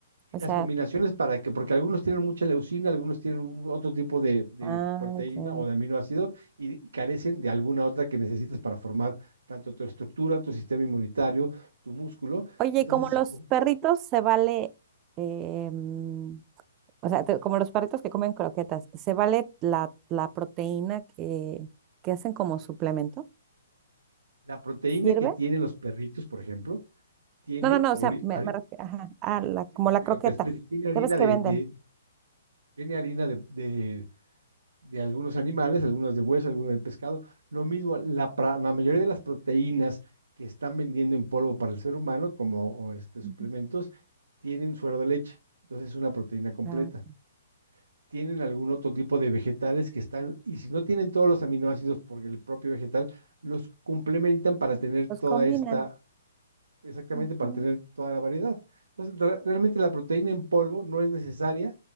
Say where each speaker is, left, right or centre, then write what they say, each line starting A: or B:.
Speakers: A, on the right (about 80°); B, on the right (about 25°).
A: y
B: O
A: las
B: sea,
A: combinaciones para que, porque algunos tienen mucha leucina, algunos tienen un- otro tipo de, de
B: Ah,
A: proteína
B: ya.
A: o de aminoácido y carecen de alguna otra que necesitas para formar tanto tu estructura, tu sistema inmunitario, tu músculo.
B: Oye,
A: Entonces,
B: ¿y como
A: si
B: los
A: com-
B: perritos se vale, em, o sea, te- como los perritos que comen croquetas, ¿se vale la, la proteína que, que hacen como suplemento?
A: la proteína
B: ¿Sirve?
A: que tienen los perritos, por ejemplo, tiene,
B: No, no, no,
A: ori-
B: o sea, me,
A: ari-
B: me refiero, ajá, a la,
A: sí,
B: como
A: pues,
B: la
A: te digo,
B: croqueta,
A: te explico, tiene harina
B: ¿qué ves que
A: de,
B: venden?
A: de- tiene harina de, de algunos animales, algunas de hueso, algunas de pescado. Lo mismo, la, pra- la mayoría de las proteínas que están vendiendo en polvo para el ser humano, como o este, suplementos,
B: Ujú.
A: tienen suero de leche. Entonces es una proteína completa.
B: Ah, ya.
A: Tienen algún otro tipo de vegetales que están, y si no tienen todos los aminoácidos, porque el propio vegetal, los complementan para tener
B: los
A: toda
B: combinan.
A: esta exactamente
B: Ujú,
A: para tener toda la variedad. Entonces, re- realmente la proteína en polvo no es necesaria,